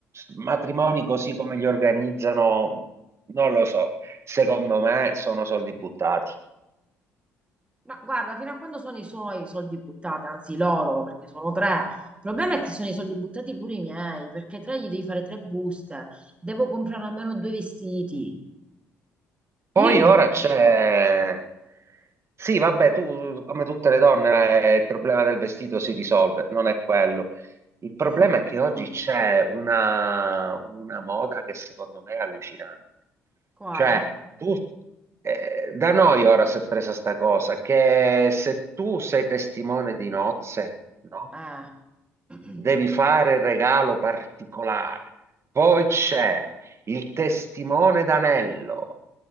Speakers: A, on the right; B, on the right.
A: matrimoni così come li organizzano, non lo so. Secondo me sono soldi buttati.
B: Ma guarda, fino a quando sono i suoi soldi buttati, anzi loro, perché sono tre. Il problema è che sono i soldi buttati pure i miei, perché tre gli devi fare tre buste, devo comprare almeno due vestiti.
A: Poi
B: Io e mio
A: ora
B: marito.
A: c'è... Sì, vabbè, tu come tutte le donne eh, il problema del vestito si risolve, non è quello. Il problema
B: <laughs>
A: è che oggi c'è una, una moda che secondo me è allucinante.
B: Quale?
A: Cioè, tu, eh, da noi ora si è presa sta cosa, che se tu sei testimone di nozze, no?
B: Eh. <clears throat>
A: Devi fare il regalo particolare. Poi c'è il testimone d'anello.